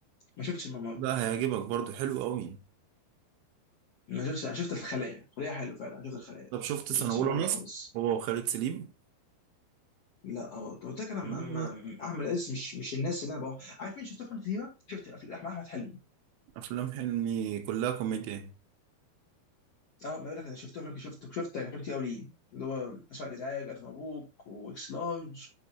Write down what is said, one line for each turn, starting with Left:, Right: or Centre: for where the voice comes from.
Left: ما شفتش الممر
Right: لا هيعجبك برضه حلو قوي
Left: ما شفتش أنا شفت الخليه الخليه حلو فعلا أنا شفت الخليه
Right: طب شفت
Left: ما
Right: سنه
Left: شفتش
Right: اولى
Left: الممر خالص
Right: مصر هو وخالد سليم
Left: لا برضه قلت لك انا ما-
Right: آه،
Left: ما- احمد عز مش مش الناس اللي انا بروح عارف مين شفت افلام كتيره؟ شفت أفلام- احمد احمد حلمي
Right: افلام حلمي كلها كوميديا
Left: اه ما بقول لك انا شفت افلام شفت شفت افلام كتير قوي ليه اللي هو اسف على الازعاج الف مبروك واكس لارج